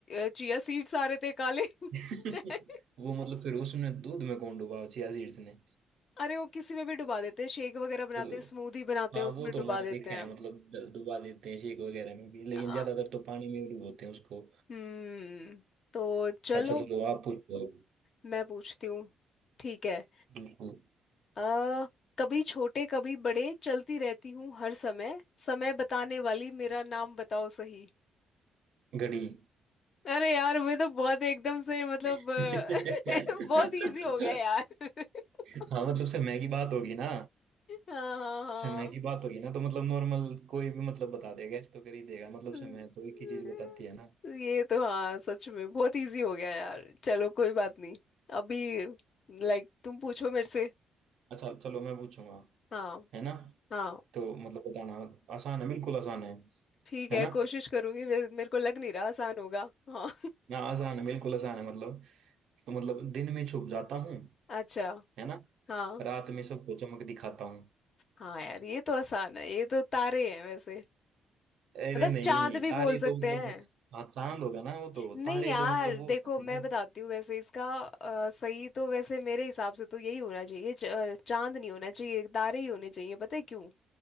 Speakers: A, on the left (about 55°); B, on the right (about 75°).
A: चिया सीड्स आ रहे थे काले <laughs>
B: <laughs>
A: चाय
B: वो मतलब फिर उसने दूध में कौन डुबा चिया सीड्स ने
A: अरे वो किसी में भी डुबा देते हैं शेक वगैरह बनाते
B: वो तो-
A: हैं स्मूदी बनाते
B: हाँ
A: हैं उसमें
B: वो तो
A: डुबा
B: मैंने
A: देते
B: देखा
A: हैं
B: है मतलब ड- डुबा देते हैं शेक वगैरह में भी लेकिन
A: आ,
B: ज्यादातर तो पानी में ही डुबोते हैं उसको
A: हम्म तो चलो
B: अच्छा चलो आप पूछो
A: मैं पूछती हूँ ठीक है
B: बिल्कुल
A: अ कभी छोटे कभी बड़े चलती रहती हूँ हर समय समय बताने वाली मेरा नाम बताओ सही
B: घड़ी
A: अरे यार वे तो बहुत एकदम से मतलब
B: हाँ
A: अ, <laughs> बहुत इजी हो गया यार <laughs>
B: मतलब समय की बात होगी ना
A: हाँ हाँ हाँ
B: समय की बात होगी ना तो मतलब नॉर्मल कोई भी मतलब बता देगा इस तो कर ही देगा मतलब
A: हम्म।
B: समय तो एक ही चीज बताती है ना
A: ये तो हाँ सच में बहुत इजी हो गया यार चलो कोई बात नहीं अभी लाइक तुम पूछो मेरे से
B: अच्छा चलो मैं पूछूंगा
A: हाँ
B: है ना
A: हाँ
B: तो मतलब बताना आसान है बिल्कुल आसान है
A: ठीक
B: है
A: है
B: ना
A: कोशिश करूंगी मे- मेरे को लग नहीं रहा आसान होगा हाँ
B: ना आसान है बिल्कुल आसान है मतलब तो मतलब दिन में छुप जाता हूँ
A: <laughs> अच्छा
B: है ना
A: हाँ
B: रात में सबको चमक दिखाता हूँ
A: हाँ यार ये तो आसान है ये तो तारे हैं वैसे
B: अरे
A: मतलब
B: नहीं
A: चांद भी
B: तारे
A: बोल
B: तो
A: सकते
B: मतलब
A: हैं
B: हाँ चांद होगा ना वो तो
A: नहीं
B: तारे
A: यार
B: तो मतलब वो
A: देखो
B: हो जाते
A: मैं
B: हैं
A: बताती हूँ वैसे इसका अ, सही तो वैसे मेरे हिसाब से तो यही होना चाहिए च- अ, चांद नहीं होना चाहिए तारे ही होने चाहिए पता है क्यों